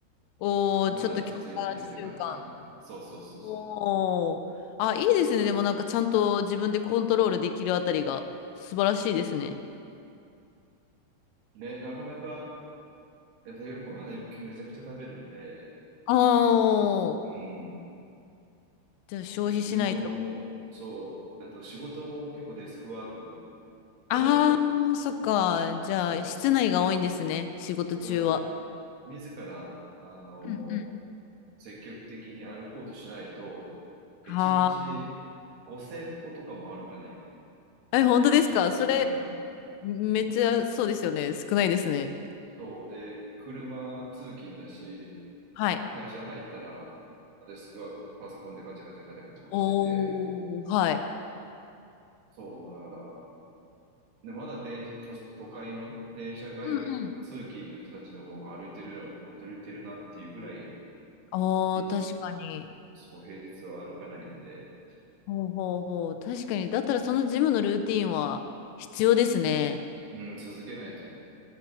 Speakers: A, on the left; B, on the right.
A: おー、
B: が続いてるって感じかな。
A: ちょっと強化習慣。
B: そうそうそうそ
A: おー。あ、いいですね。でもなんかちゃんと自分でコントロールできるあたりが素晴らしいですね。
B: う。ね、なかなか、やっぱりご飯めちゃくちゃ食べるんで、
A: ああ、
B: うん、
A: じゃあ消費しないと。
B: ちょっとし運動も、そう、あと仕事も結構デスクワーク
A: ああ、
B: で、
A: そっか。じゃあ室内が多いんですね。
B: そう。
A: 仕事中は。
B: そう、だから自ら、あの、
A: うんうん
B: 積極的に歩こうとしないと、1日5000歩とかも歩かない。
A: はあ。え、本当ですかそれ、
B: しゅ、うん。
A: めっちゃそうですよね。少ないですね。
B: そうで、車通勤だし、
A: はい。
B: で会社入ったら、デスクワークってパソコンでカチャカチャカチャカチャしてて、
A: おー、はい。
B: そう、だから、で、まだ電、都、都会の電車通い、
A: うんうん。
B: 通勤の人たちの方が歩いてる、歩いてるなっていうぐらい、
A: おー、
B: 一
A: 確かに。
B: そう、平日は歩かないんで、
A: ほうほうほう。確かに。だったらそのジムのルーティンは必要ですね。
B: うん、続けないとね、